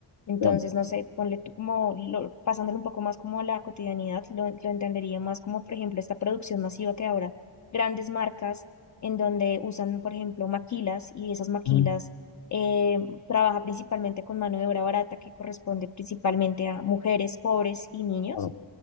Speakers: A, on the left; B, on the left.
A: Entonces,
B: entiendo.
A: no sé, ponle tú como, lo- pasándolo un poco más como a la cotidianidad, lo, lo entendería más como, por ejemplo, esta producción masiva que ahora grandes marcas en donde usan, por ejemplo, maquilas y esas maquilas
B: ujú,
A: eh, trabaja principalmente con mano de obra barata que corresponde principalmente a mujeres, pobres y niños
B: Claro,